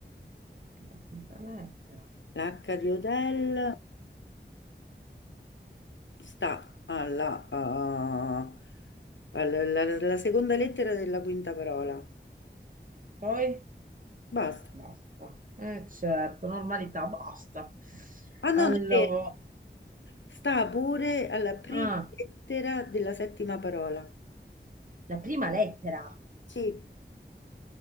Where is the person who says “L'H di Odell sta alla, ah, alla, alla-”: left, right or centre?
Left